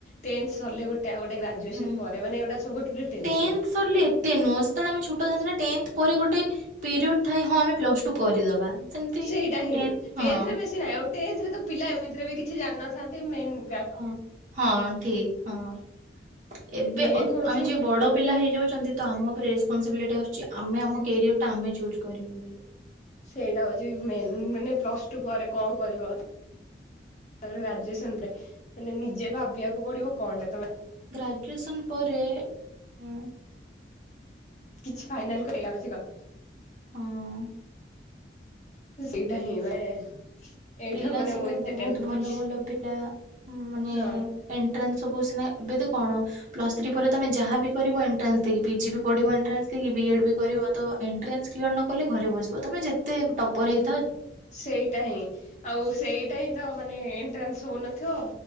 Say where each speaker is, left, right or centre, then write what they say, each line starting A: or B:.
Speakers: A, on the left (about 40°); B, on the right (about 45°).
A: ଟେ ନସ୍ ସରିଲେ ଗୋଟେ। ଆଉ ଗୋଟେ ଗ୍ରାଜୁଏସନ
B: ହଁ
A: ପରେ ମାନେ ଏଗୁଡା ସବୁ ଗୋଟେ ଗୋଟେ ଟେନସନ
B: ଟେନ୍ଥ ସରିଲେ ଏତେ ନୁହଁ ସେତେବେଳେ ଆମେ ଛୁଟ ଯାଆନ୍ତି ନା ଟେନଥ ପରେ ଗୋଟେ ପିରିୟଡ ଥାଏ ହଁ ଆମେ ପ୍ଲସ ଟୁ କରିଦବା। ସେମିତି
A: ସେଇଟା ହିଁ
B: ଟେନ୍ଥ
A: ଟେନ୍ଥରେ
B: ହଁ
A: ବେଶୀ ନାହିଁ, ଟେନଥରେ ତ ପିଲା ଏମିତିରେ ବି କିଛି ଜାଣିନଥାନ୍ତି, ମେନ
B: ହ ହଁ ଠିକ ହଁ ଏବେ
A: ମେନ୍
B: ଆମେ
A: ହଉଛି
B: ଯ ବଡ ପିଲା ହେଇଯାଉଛନ୍ତି ତ ଆମ ଉପରେ ରେସପନସିବିଲିଟି ଆସୁ ଆମେ ଆମ କ୍ୟାରିୟର ଟା ଆମେ ଚୁଜ କରବୁ ବୋଲି
A: ସେଇଟା ହଉଛି ମେ ମାନେ ପ୍ଲସ ଟୁ ପରେ କଣ କରିବ, ତାପରେ ଗ୍ରାଜୁଏସନ ପରେ, ମାନେ ନିଜେ ଭାବିବାକୁ ପଡିବ କଣ ଟା ତମେ
B: ଗ୍ରାଜୁଏସନ୍ ପରେ, ହୁଁ
A: କିଛି ଫାଇନାଲ କହିଲ ଅଛି କ ହଁ।
B: ହଁ
A: ସେଇଟା ହିଁ ମାନେ, ଏଇଟା
B: ପିଲା
A: ମାନେ
B: ସବୁ
A: ମୁଁ ଏତେ
B: ବହୁତ
A: ଟେନସନ
B: ଭଲ
A: ଥିଲି
B: ଭଲ ପିଲା ମାନେ
A: ହଁ
B: ଏଣ୍ଟ୍ରାନ୍ସ ସବୁ ସିନା ଏବେ ତ କଣ ପ୍ଲସ୍ ଥ୍ରୀ ପରେ ତମେ ଯାହା ବି କରିବ ଏଣ୍ଟ୍ରାସକି ପିଜି ବି ପଢ଼ିବ ଏଣ୍ଟ୍ରାନ୍ସ ଦେଇକି ବି ଏଡ୍ ବି କରିବ ତ ଏଣ୍ଟ୍ରାନ୍ସ କ୍ଲିୟର ନ କଲେ ଘରେ ବସିବ ତମେ ଯେତେ ଟପର ହେଇ
A: ସେଇଟା ହିଁ,, ଆଉ ସେଇଟା ହିଁ ତ ମାନେ ଏଣ୍ଟ୍ରାନ୍ସ ହଉନଥିବ